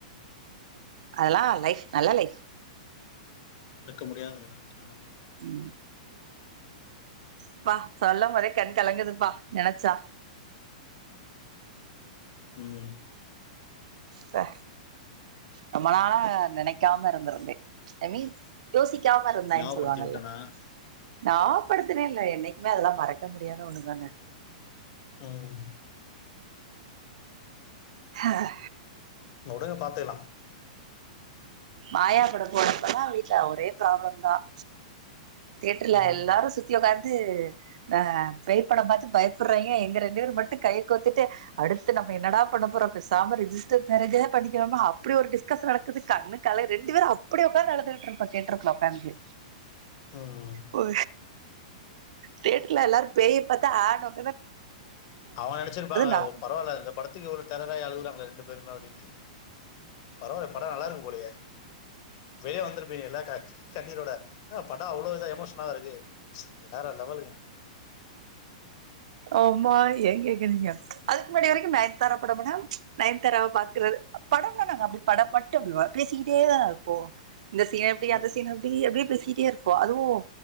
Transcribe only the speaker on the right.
அதெல்லாம் லைஃப் நல்ல லைஃப்
ம் ப்பா சொல்லும் போதே கண் கலங்குதுப்பா நெனைச்சா
ப்பா ரொம்ப நாளா நெனைக்காம இருந்திருந்தே ஐ மீன் யோசி க்காம இருந்தான்னு
சொல்லுவாங்கல்ல
ஞாவ படுத்தினே இல்ல என்னைக்குமே அதெல்லாம் மறக்க முடியாத ஒண்ணுதானே
ஆஹ
மாயாப்பட போறப்பல்லாம் வீட்டுல ஒரே ப்ராப்ளம் தான் தேட்டுர்ல
எல்லாரும் சுத்தி உக்காந்து ஹ பேய் படம் பார்த்து பயப்படுறீங்க எங்க ரெண்டு பேரும் மட்டும் கைய கோத்துட்டு அடுத்து நம்ம என்னடா பண்ண போறோம் பேசாம ரிஜிஸ்டர் மேரேஜ்ஜே பண்ணிக் கணுமா அப்படி ஒரு டிஸ்கஷன் நடக்குது கண்ணுக்கல ரெண்டு பேரும் அப்டி உக்காந்து அழுதுகிட்டு இருக்கோம் தியேட்டர் குள்ள உக்காந்து
போஓ தேட்டுரல எல்லாரும் பேய பார்த்தா ஆனும்
நா
ஆமா ஏன் கேக்குறீங்க அதுக்கு முன்னாடி வரைக்கும் நைன்த்தாரா படம்டா நயன்த்தாரவ பாக்குறது படம்னா நாங்க அப்டி படம் மட்டும் அப்படி பேசிக்கிட்டே தான இருப்போம் இந்த சீன எப்டி
அந்த சீன அப்டி அப்படியே பேசிட்டு டே இருப்போம் அதுவும்